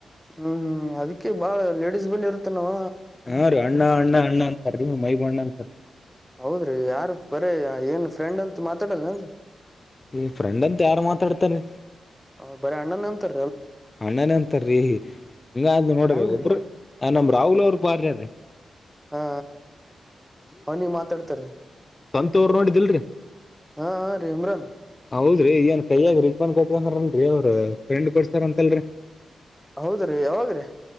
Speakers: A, in the centre; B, on the left.
A: ಹ್ಮ್ ಹ್ಮ್ ಅದಕ್ಕೆ ಬಾಳ ಲೇಡಿಸಸ್ ಬಳಿ ಇರುತ್ತಾನಾವ
B: ಹಾ ರೀ ಅಣ್ಣ ಅಣ್ಣ ಅಣ್ಣ ಅಂತರಿ ನಂತರ <unintelligible>
A: ಹೌದ್ರಿ ಯಾರ ಬರೇ ಏನ್ ಫ್ರೆಂಡ್ ಅಂತ ಮಾತಾಡಲ್ಲಾವರಿ
B: ಈ ಫ್ರೆಂಡ್ ಅಂತ ಯಾರು ಮಾತಾಡ್ತಾರೆ
A: ಹ ಬರ ಅಣ್ಣ ಅಣ್ಣನ ಅಂತರ್ ರಿ
B: ಅಣ್ಣನ ಅಂತಾರೀ ಹಿಂಗ ಅ ನೋಡ್ರಿ
A: ಹೆಂಗ್ರೀ
B: ಒಬ್ರ ನಮ್ಮ ರಾಹುಲ್ ಅವರು ಪಾಡ್ರಾರ್ರಿ
A: ಹಾ ಅವನಿಗೆ ಮಾತಾಡ್ತಾರೆ
B: ಟೂರ್ ನೋಡಿದಿಲ್ರಿ
A: ಹಾ ಹ ರಿ ಈಮ್ರನ್
B: ಹೌದ್ರಿ ಏನ್ ಕೈಯಗ ರಿಂಗ ಬನ್ ಕಟ್ಟಾರಲ್ರರಿ ಅವ್ರ ಫ್ರೆಂಡ್ ಕೊ ಸರ್ ಅಂತಲ್ರಿ
A: ಹೌದ್ರೀ ಯಾವಾಗ್ರೀ